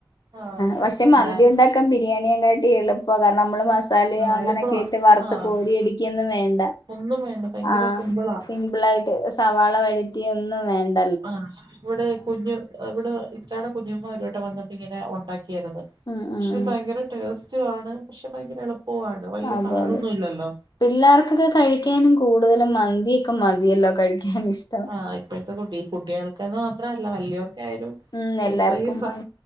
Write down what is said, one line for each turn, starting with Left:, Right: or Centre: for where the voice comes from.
Right: ആഹ് ഞ
Left: പക്ഷെ മന്തി
Right: ഞാൻ
Left: ഉണ്ടാക്കാൻ ബിരിയാണിയെകാട്ടി എളുപ്പം അതാണ് നമ്മള് മസല്
Right: ആഹ്
Left: അങ്ങനെയൊക്കെയിട്ട്
Right: എളുപ്പവാ
Left: വറുത്ത്
Right: ആഹ്
Left: കോരി എടുക്കൊന്നും വേണ്ട
Right: ഒന്നും വേണ്ട ഭയങ്കര
Left: ആഹ
Right: സിമ്പിളാ
Left: സിപിള് ആയിട്ട് സവാള വഴിറ്റിയ ഒന്നും വേണ്ട
Right: ആഹ് ഇവിടെ കുഞ്ഞു ഇവിടെ ഇത്തായുടെ കുഞ്ഞമ്മ ഒരുവട്ടം വന്നപ്പോ ഇങ്ങനെ ഉണ്ടാക്കിരുന്നു
Left: ആഹ് ആഹ്
Right: ത് ഭയങ്കര ടേസ്റ്റണ് പക്ഷെ ഭയങ്കര എളുപ്പവുമാണ് വലിയ
Left: അതെ
Right: പാടൊന്നും
Left: അതെ
Right: ഇല്ലല്ലോ
Left: പിള്ളേർക്കൊക്കെ കഴിക്കാനും കൂടുതലും മന്തിയൊക്കെ മതിയല്ലോ കഴിക്കാനും ഇഷ്ടം
Right: ആ ഇപ്പോഴത്തെ കുട്ടിയാൾക്കന്ന് മാത്രല്ല വലിയവർക്ക ആയാലും
Left: ഉം എല്ലാർക്കും
Right: ഇപ്പൊ ഈ
Left: മ